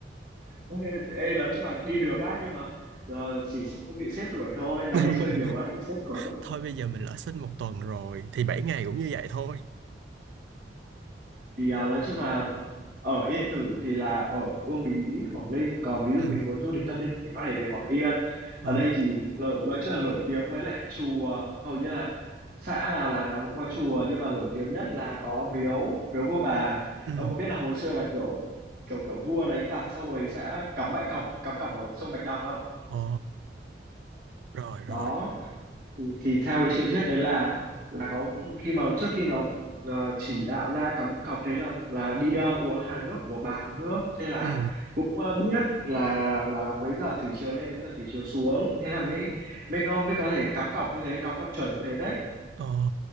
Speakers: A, on the right; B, on the right.
A: Ê, ê, là chúc bạn đi được á nhưng mà ờ, chỉ sợ không bị sếp đuổi thôi là
B: <laughs>
A: đi chơi nhiều quá là bị sếp đuổi
B: thôi bây giờ mình lỡ sinh một tuần rồi thì 7 ngày cũng như vậy thôi
A: thì à, nói chung là ở Yên Tử thì là ở Uông Bí Quảng Ninh còn ví dụ
B: ừ
A: mình muốn du lịch tâm linh thì mình có thể về Quảng Yên
B: ờ
A: ở đây thì lợ- nói chung là nổi tiếng với lại chùa hầu như là xã nào làng nào cũng có chùa nhưng mà nổi tiếng nhất là có miếu miếu vua bà
B: ừ
A: ông có biết là hồi xưa là kiểu kiểu kiểu vua đánh giặc xong rồi sẽ cắm bãi cọc cắm cọc ở sông Bạch Đằng không
B: ờ rồi rồi
A: đó thì thì theo cái truyền thuyết đấy là là có khi mà trước khi mà ờ, chỉ đạo ra cắm cọc thế là là đi ờ, uống hàng nước của một bà hàng nước thế là
B: ừ
A: cũng ờ, biết là là mấy giờ thủy triều lên mấy giờ thủy triều xuống thế là mới mới có mới có thể cắm cọc như thế cắm cọc chuẩn như thế đấy
B: ờ